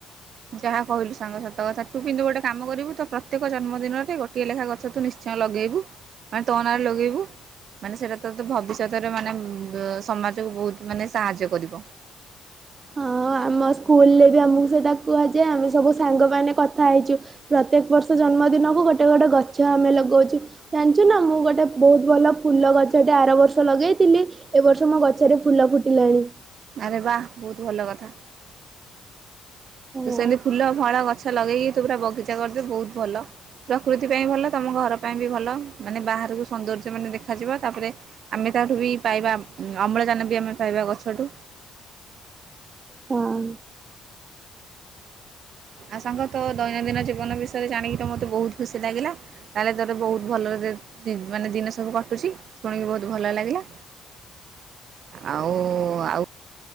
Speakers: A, on the right; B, on the right.
A: ଯାହା କହିଲୁ ସାଙ୍ଗ ସତ କଥା ତୁ କିନ୍ତୁ ଗୋଟେ କାମ କରିବୁ ତ ପ୍ରତ୍ୟେକ ଜନ୍ମଦିନରେ ଗୋଟିଏ ଲେଖା ଗଛ ତୁ ନିଶ୍ଚୟ ଲଗେଇବୁ ମାନେ ତନରେ ଲଗେଇବୁ ମାନେ ସେଇଟା ତ ଭବିଷ୍ୟତରେ ମାନେ ସମାଜକୁ ବହୁତ ମାନେ ସାହାଯ୍ୟ କରିବ।
B: ହଁ ଆମ ସ୍କୁଲରେ ବି ଆମକୁ ସେଇଟା କୁହାଯାଏ ଆମେ ସବୁ ସାଙ୍ଗ ମାନେ କଥା ହେଇଛୁ ପ୍ରତ୍ୟେକ ବର୍ଷ ଜନ୍ମଦିନକୁ ଗୋଟେ ଗୋଟେ ଗଛ ଆମେ ଲଗଉଛୁ ଜାଣିଛୁ ନା ମୁଁ ଗୋଟେ ବହୁତ ଭଲ ଫୁଲ ଗଛ ଟେ ଆର ବର୍ଷ ଲଗେଇଥିଲି ଏ ବର୍ଷ ମୋ ଗଛରେ ଫୁଲ ଫୁଟିଲାଣି।
A: ଆରେ ବା ବହୁତ ଭଲ କଥା।
B: ହଁ।
A: ତ ସେମିତି ଫୁଲ ଫଳା ଗଛ। ଗଛ ଲଗେକି ତୁ ପୁରା ବଗିଚା କରିଦେ ପ୍ରକୃତି ପାଇଁ ବି ଭଲ ତମ ଘର ପାଇଁ ବି ଭଲ ମାନେ ବାହାରକୁ ସଂନ୍ଦୋଯ୍ୟ ମାନେ ଦେଖା ଯିବା ଆମେ ତାଠୁ ବି ପାଇବା ଅମ୍ଳଜାନ ପାଇବା ଗଛ ଠୁ
B: ହଁ।
A: ଆ ସାଙ୍ଗ ତ ଦୈନନ୍ଦିନ ଜୀବନ ବିଷୟରେ ଜାଣିକି ତ ମୋତେ ବହୁତ ଖୁସି ଲାଗିଲା ତାହେଲେ ତୋର ବହୁତ ଭଲରେ ମାନେ ଦିନ ସବୁ କଟୁଛି ଶୁଣିକି ବହୁତ ଭଲ ଲାଗିଲା ଆଉ ଆଉ।